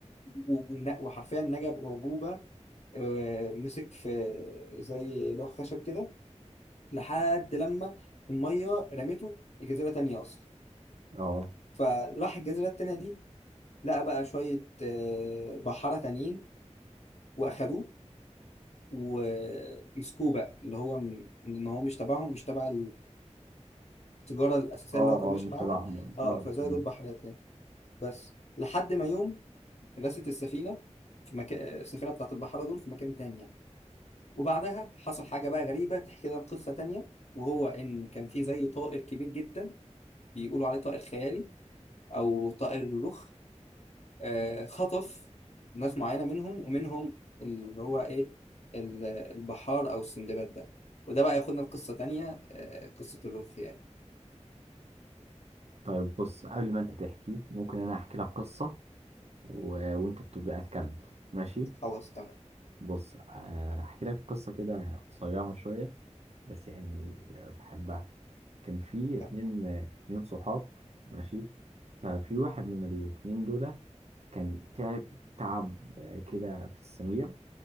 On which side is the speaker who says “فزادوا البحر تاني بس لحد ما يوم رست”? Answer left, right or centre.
Left